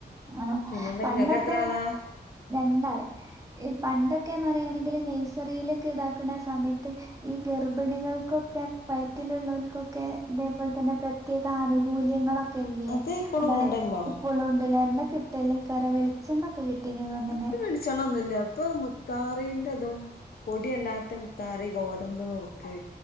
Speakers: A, on the right; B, on the left.
A: ആഹ
B: പിന്നെന്താ
A: പണ്ടൊക്കെ
B: ഇങ്ങക്ക് എത്ര ആളാ
A: രണ്ടാള് ഈ പണ്ടൊക്കെന്ന് പറയയണെങ്കില് നഴ്സറിയിലൊക്കെ ഇതാക്കുന്ന സമയത്ത് ഈ ഗർഭിണികൾക്കൊക്കെ പയറ്റിലുള്ള ഓക്കെ ഇതേപോലെ തന്നെ പ്രത്യേക ആനുകൂല്യങ്ങളൊക്കെയില്ലേ.
B: അത് ഇപ്പളും
A: അതായ
B: ഉണ്ടല്ലോ
A: എന്തൊക്ക കിട്ടിയെന്ന് അറിയില്ല. കുറെ വെളിച്ചെണ്ണൊക്കെ കിട്ടീന്ന് തോന്നണ്.
B: ഇപ്പൊ വെളിച്ചെണ്ണ ഒന്നുല്ല ഇപ്പൊ മുത്താറീന്റെതും, പൊടിയല്ലാത്ത മുത്താറി, ഗോതമ്പ് നൊറുക്ക്